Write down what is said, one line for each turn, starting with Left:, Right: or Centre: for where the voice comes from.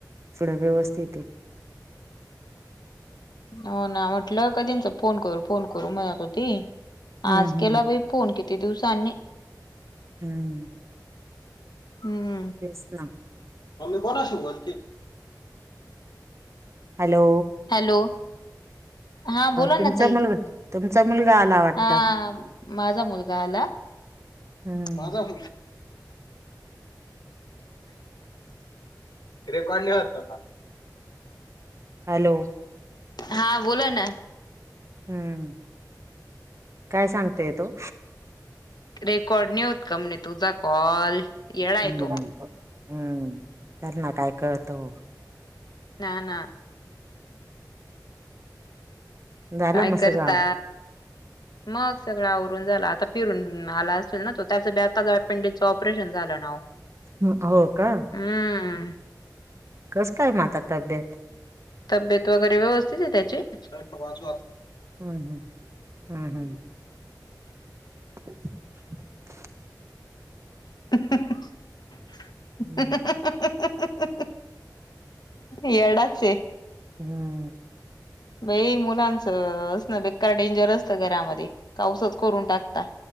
Right: थोड व्यवस्थित आहे.
Left: हो ना म्हटल कधींच फोन करू फोन करू म्हणत होती.
Right: हम्म
Left: आज
Right: हम्म.
Left: केला बाई फोन किती दिवसांनी.
Right: हम्म
Left: हम्म
Right: तेच ना
Left: मम्मी कोणाशी बोलतीये.
Right: हॅलो
Left: हॅलो हा बोला
Right: तुमचा
Left: ना ताई
Right: मुलगा तुमचा मुलगा आला वाटत
Left: हा माझा मुलगा आला
Right: हम्म.
Left: माझा <inaudible> रेकॉर्ड लिहत का
Right: हॅलो
Left: हा बोला ना
Right: हम्म काय सांगतोय तो
Left: रेकॉर्ड नाही होत का म्हणे तुझा कॉल येडा आहे
Right: हम्म
Left: तो.
Right: हम्म त्याना काय कळत हो
Left: ना ना
Right: झालं
Left: काय
Right: मग सगळं
Left: करता मग सगळं आवरून झाला आता फिरून आला असेल ना तो त्याचं ब आता अपेंडिकचं ऑपरेशन झालं ना वो
Right: हम् हो का
Left: हम्म.
Right: कस काय माता तब्येत.
Left: तब्येत वगैरे व्यवस्थित आहे त्याची बाज.
Right: हम्म हम्म हम्म हम्म. <unintelligible>
Left: हमममममममम
Right: हम्म.
Left: येडाचय
Right: हम्म
Left: बई मुलांचं अस ना बेकार डेंजर असतं घरामध्ये काऊसच करून टाकता